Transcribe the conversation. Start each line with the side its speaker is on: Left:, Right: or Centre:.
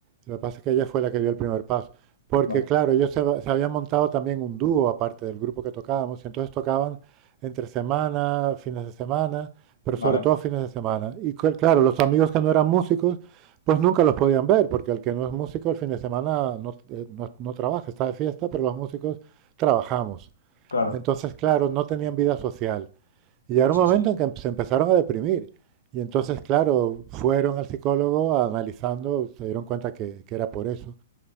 Right: Lo que pasa es que ella fue la que dio el primer paso. Porque,
Left: Vale,
Right: claro, ellos se, hab- se habían montado también un dúo aparte del grupo que tocábamos y entonces tocaban entre semana, fines de semana, pero
Left: vale,
Right: sobre todo fines de semana. Y cl- claro, los amigos que no eran músicos, pues nunca los podían ver, porque el que no es músico el fin de semana no, eh, no no trabaja, está de fiesta, pero los músicos trabajamos.
Left: claro,
Right: Entonces, claro, no tenían vida social. Y llegaron
Left: sí,
Right: un momento
Left: sí,
Right: en que se empezaron a deprimir. Y entonces, claro, fueron al psicólogo analizando, se dieron cuenta que, que era por eso.